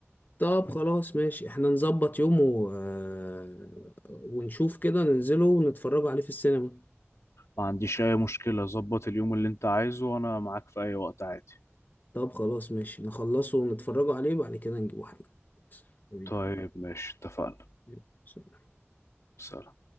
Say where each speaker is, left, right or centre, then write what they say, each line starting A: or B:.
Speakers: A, on the left; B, on the left.
A: طب خلاص ماشي احنا نظبط يوم و... آه، ونشوف كده ننزله ونتفرجوا عليه في السينما
B: ما عنديش اي مشكلة ظبط اليوم اللي انت عايزه وانا معاك في اي وقت عادي
A: طب خلاص ماشي نخلصه ونتفرجوا عليه بعد كده نجيبوا حاجه بس. حبيبي
B: طيب ماشي اتفقنا
A: يلا. سلام.
B: سلام